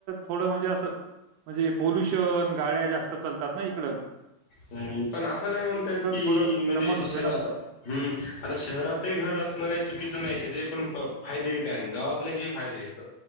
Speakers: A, on the right (about 85°); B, on the left (about 65°).
A: थोडं म्हणजे असं म्हणजे, पोल्युशन गाड्या जास्त चालतात. ना इकड
B: हम् पण असं नाही म्हणतात. कि
A: थोडं
B: म्हणजे
A: दमट होते
B: शहर
A: ना
B: आता हम् आता शहरातही घर असणं. काही चुकीचं नाही त्याचे पण फायदे येत आणि गावातल्याचे फायदे येत.